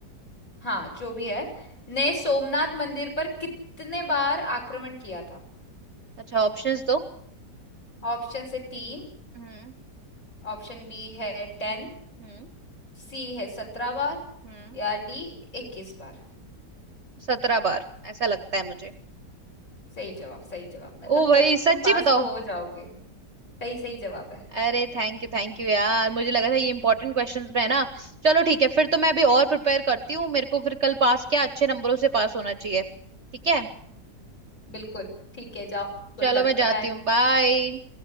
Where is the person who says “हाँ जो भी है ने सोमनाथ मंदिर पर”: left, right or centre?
Left